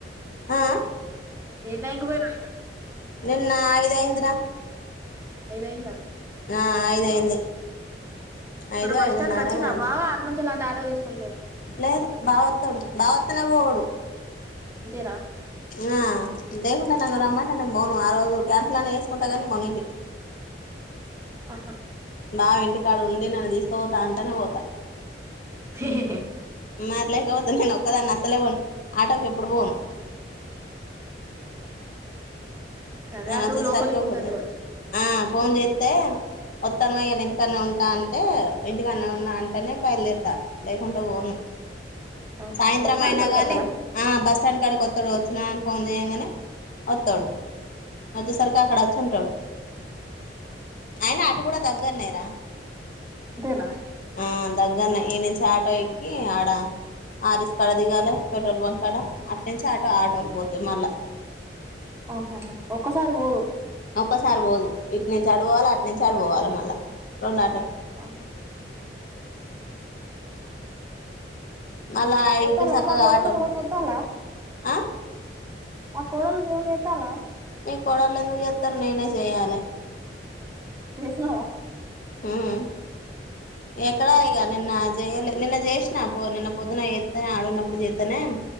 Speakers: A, on the left (about 45°); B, on the right (about 15°).
A: ఆ
B: ఏ టకి పోయినాయనా
A: నిన్న ఐదు ఐంద్ర
B: ఐదైందా
A: ఆ అయిదు అయింది
B: ఇక్కడ
A: ఐదు
B: బస్
A: ఐదున్నర
B: స్టాండ్ క వచ్చినా
A: ఏమో అయింది
B: బావా అ నుంచి అలాడా తీసుకునిపోను
A: లేదు బావొత్తడు బావొత్తనే పోడు
B: అంతేనా
A: ఆ లేకుండా నన్ను రమ్మంటే నేను బోను ఆ రోజు క్యాన్సల్నే వేసుకుంటా కానీ బోను ఇంటికి
B: ఆహా
A: బావ ఇంటి కాడు ఉండి నన్ను తీసుక పోతా అంటనే పోతా
B: హె హి
A: మరి లేకపోతే నేను ఒక్కదాన్ని అసలే పోను ఆటోకి ఎప్పుడు పోను
B: ఆ కదా
A: నేను
B: అటు
A: వచ్చేసరికి
B: లోపలికి ఉంటది
A: ఫోన్ చేస్తా
B: కాచ్చు
A: ఆ ఫోన్ చేస్తే వత్తాను వయ్య ఇంటికాదనే ఉంటా అంటే ఇంటికాదనే ఉన్నా అంటేనే బయలుదేరుతా లేకుంటే పోను
B: ఆహా
A: సాయంత్రం
B: బస్ స్టాండ్
A: అయినా
B: కాడికి
A: కానీ
B: వత్తడా
A: బస్ స్టాండ్ కాడికి వస్తాడు వచ్చినని ఫోన్ చేయగానే వస్తాడు వచ్చేసరికి అక్కడ వచ్చి ఉంటాడు ఆయన అటు కూడా దగ్గరనేరా
B: తేన
A: ఆ దగ్గరనె ఈ నుంచి ఆటో ఎక్కి ఆడ ఆరిస్ కడ దిగాలే పెట్రోల్ బంక్ ఆడ నిచ్ ఆటో ఆటోలు పోతాయి మళ్ళా
B: ఆహహా ఒక్కసారి బో
A: ఒక్కసారి బోదు ఇటి నుంచి అటుపోవాలి అటు నుంచి అటుపోవాలి మళ్ళా రొండు ఆటోల్
B: ఆ
A: మళ్ళా
B: ఎత్తాల
A: ఇటు సక్కగా
B: మా కోడలు
A: ఆటోలు
B: ఫోన్
A: పోవు
B: ఎత్తాల
A: ఆ
B: మా కోడల్ ఫోన్ ఎతాలా
A: మీ కోడలు ఎందుకు ఎత్తరు నేనే చేయాలే
B: చేసిన
A: మ్మ్ ఎక్కడ
B: ఏమంటాను
A: ఇగా నిన్న ఆ జెయ్యలే నిన్న చేసినా పో నిన్న పొద్దున ఎస్తానే ఆడున్నప్పుడు ఎస్తానే